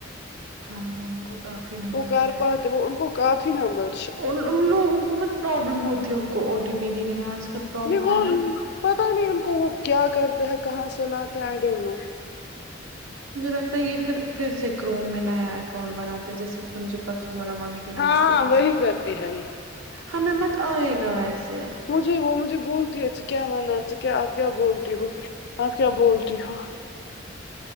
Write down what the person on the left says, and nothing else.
وہ کر
پاتے وہ ان کو کافی نبر
نہیں وہ
پتا نہیں ان کو وہ کیا کرتے ہیں کہاں سے لاتے ہیں آئی ڈونٹ نو
ہاں
وہی کرتی ہے یہ
مجھے وہ مجھے بولتی ا کیا مانا کیا آپ کیا بولتی ہو آپ کیا بولتی ہو